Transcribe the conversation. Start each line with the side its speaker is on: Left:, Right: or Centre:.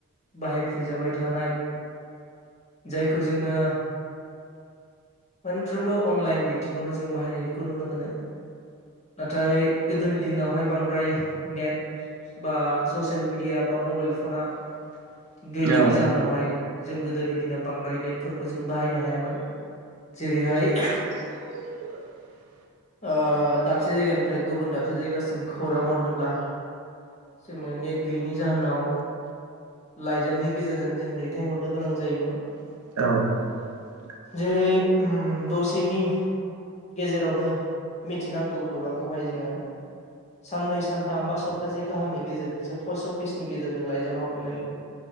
Left: बाहायफ्लेजाबाय थानाय जायखौ जोङो मोनफ्रोमबो अनलाइन बिथिङावनो जों बाहायनायखौ नुनो मोनो नाथाय गोदोनि दिनावहाय बांद्राय नेट बा ससियेल मिडिया बा बा मबाइल फना
Right: <inaudible>
Left: गैयैनि
Right: औ
Left: जाहोनावहाय जों गोदोनि दिनाव बांद्राय नेट फोरखौ जों बाहायनो हायामोन जेरैहाय
Right: <inaudible> <inaudible>
Left: दाबसे जायगानिफ्राय गुबुन दाबसे जायगासिम खौरां हरनोब्ला जोङो नेट गैयैनि जाहोनाव लाइजामनि गेजेरजों जों दैथायहरनो गोनां जायोमोन
Right: औ
Left: जेरै दसेनि गेजेरावनो मिथिनांगौ खौरांखौहाय जोङो साननै सानथाम बा सप्तासे गाहामनि गेजेरजोंसो पस्ट अफिसनि गेजेरजों लाइजाम हरनानै